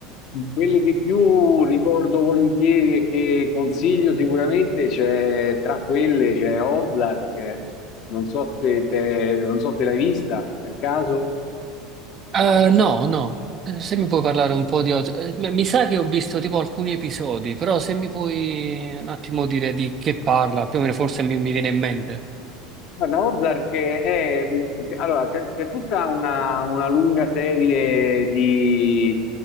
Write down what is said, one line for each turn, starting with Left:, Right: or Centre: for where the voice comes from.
Left: Quelle che più ricordo volentieri e che consiglio sicuramente c'è, tra quelle c'è Ozark, non so se te- non so se l'hai vista per caso.
Right: Eh, no, no, Eh, se mi puoi parlare un po' di... Oz- eh, m- mi sa che ho visto tipo alcuni episodi, però se mi puoi un attimo dire di che parla, più o meno forse mi, mi viene in mente.
Left: Guarda, Ozark è, mh, che- allora, c'è c'è tutta una, una lunga serie di,